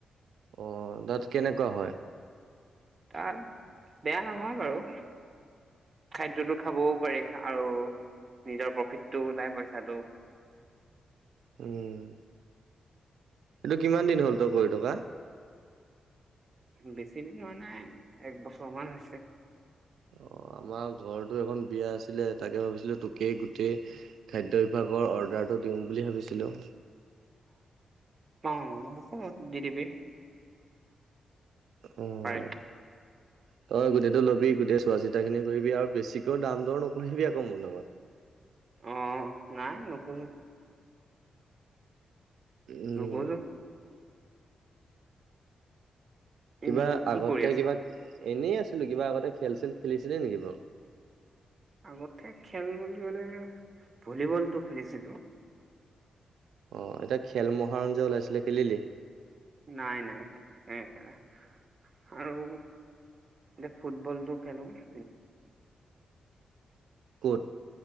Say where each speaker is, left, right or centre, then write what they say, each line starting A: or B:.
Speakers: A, on the right; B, on the right.
A: অ তাত কেনেকুৱা হয়।
B: তাত বেয়া নহয় বাৰু। খাদ্যয়তটো খাবও পাৰি আৰু নিজৰ প্ৰফিতটো ওলাই পইচাটো
A: উম এইটো কিমান দিন হল তই কৰি থকা।
B: বেছিদিন মানে একবছৰমান হৈছে।
A: অ আমাৰ ঘৰতো এখন বিয়া আছিলে তাকে ভাবিছিলো তোকেই গোটেই খাদ্যয় বিভা অৰ্ডাৰটো দিম বুলি ভাবিছিলো।
B: অ' অ'হব‌ দি দিবি।
A: আহ।
B: পাৰিম
A: তই গোটটো লবি গোটেই চোৱা চিতা খিনি কৰিবি, আৰু বেছিকেও দাম দৰ নকৰিবি আকৌ মোৰ লগত।
B: অ নাই নোখোজো।
A: উম
B: নোখোজো।
A: কিবা
B: এনেই কি
A: আগতে
B: কৰি আছে?
A: কিবা এনেই আছিলোঁ। কিবা আগতে খেল চেল খেলিছিলে নেকি বাৰু?
B: আগতে খেল বুলি মানে ভলীবলটো খেলিছিলোঁ।
A: অ, এতিয়া খেল মহাৰঞ্জ যে ওলাইছিলে খেলিলি?
B: নাই নাই, নাই খেলা আৰু এ ফুটবলটো খেলোঁ <inaudible>
A: ক'ত।